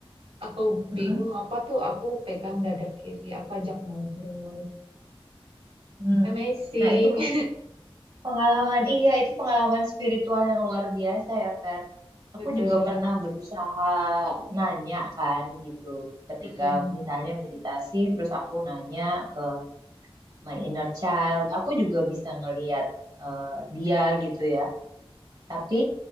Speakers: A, on the right; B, on the right.
A: aku
B: mm-mm,
A: bingung apa tuh aku pegang dada kiri, aku ajak ngobrol.
B: mm.
A: Amazing,
B: Nah, itu kan. Pengalaman, iya itu pengalaman spiritual yang luar biasa ya, Fer.
A: <laughs>
B: Aku
A: betul.
B: juga pernah berusaha nanya kan gitu, ketika
A: Mm-mm.
B: misalnya meditasi, terus aku nanya ke my inner child, aku juga bisa ngeliat eh, dia gitu ya. Tapi